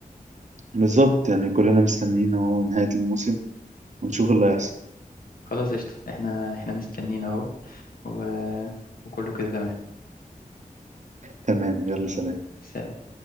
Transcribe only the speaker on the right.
بالظبط يعني كلنا مستنيين اهو نهاية الموسم ونشوف اللي هيحصل
تمام يلا سلام